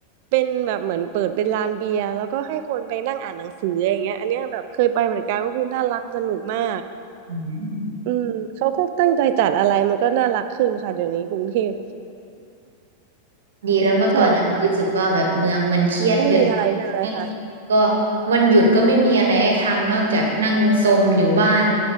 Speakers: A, on the right (about 50°); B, on the right (about 65°).
A: เป็นแบบเหมือนเปิดเป็นลานเบียร์แล้วก็ให้คนไปนั่งอ่านหนังสืออย่างเงี้ยอันเนี้ยแบบเคยไปเหมือนกันก็คือน่ารักสนุกมาก
B: อืม
A: อืมเขาก็ตั้งใจจัดอะไรมันก็น่ารักขึ้นค่ะเดี๋ยวนี้กรุงเทพ
B: ดีแล้วเมื่อก่อนเรารู้สึกว่าแบบเมืองมันเครียดเกินไป
A: <laughs> ใช่ไม่มีอะไรใช่ไหมคะ
B: ก็วันหยุดก็ไม่มีอะไรให้ทำนอกจากนั่งซมอยู่บ้าน